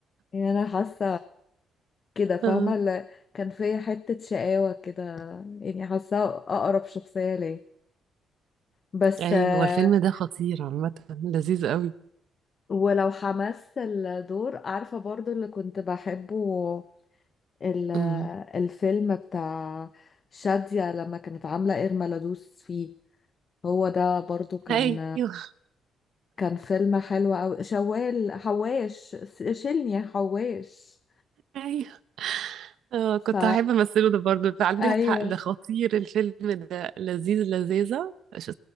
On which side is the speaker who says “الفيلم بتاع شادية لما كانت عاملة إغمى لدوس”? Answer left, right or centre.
Left